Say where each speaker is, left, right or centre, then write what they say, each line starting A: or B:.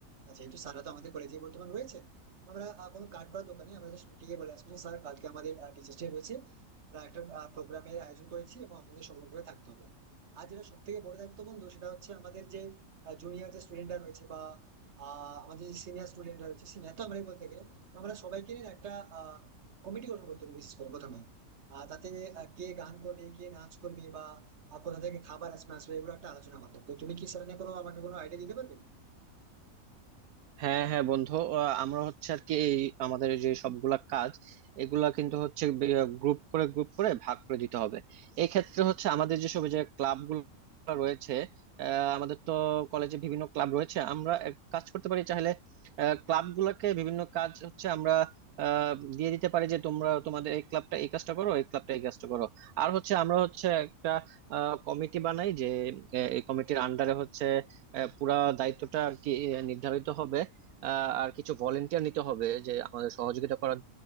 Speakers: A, on the right; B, on the right.
A: আর যেহেতু স্যাররা তো আমাদের কলেজে বর্তমান রয়েছে তো আমরা আহ, কোনো কার্ড করার দোকানে আমরা just গিয়ে বলে আসবো স্যার কালকে আমাদের টিচার্স ডে রয়েছে আমরা একটা প্রোগ্রামের আয়োজন করেছি এবং আপনাদের সকলকে থাকতে হবে আর যেটা সব থেকে বড় দায়িত্ব বন্ধু সেটা হচ্ছে আমাদের যে জুনিয়র যে স্টুডেন্টরা রয়েছে বা আহ, আমাদের যে সিনিয়র স্টুডেন্টরা রয়েছে সিনিয়র তো আমরাই বলতে গেলে তো আমরা সবাইকে নিয়ে একটা কমিটি গঠন করতে হবে বিশেষ করে প্রথমে আহ, তাতে আহ, কে গান করবে কে নাচ করবে বা আহ, কোথা থেকে খাবার আসবে আসবে এগুলো একটা আলোচনা করতে হবে তো তুমি কি সেটা নিয়ে কোনো আমাকে কোনো আইডিয়া দিতে পারবে
B: হ্যাঁ হ্যাঁ বন্ধু আহ, আমরা হচ্ছে আর কি এই আমাদের যে সবগুলা কাজ এগুলা কিন্তু হচ্ছে গ্রুপ করে গ্রুপ করে ভাগ করে দিতে হবে এই ক্ষেত্রে হচ্ছে আমাদের যেসব যে ক্লাব গুলো রয়েছে আহ, আমাদের তো কলেজে বিভিন্ন ক্লাব রয়েছে আমরা এক কাজ করতে পারি চাইলে ক্লাব গুলাকে বিভিন্ন কাজ হচ্ছে আমরা আহ, দিয়ে দিতে পারি যে তোমরা তোমাদের এই ক্লাবটা এই কাজটা করো এই ক্লাবটা এই কাজটা করো আর হচ্ছে আমরা হচ্ছে একটা কমিটি বানাই যে আহ, এই কমিটির আন্ডারে হচ্ছে আহ, পুরা দায়িত্বটা আর কি আহ, নির্ধারিত হবে আহ, আর কিছু ভলেন্টিয়ার নিতে হবে যে আমাদের সহযোগিতা করার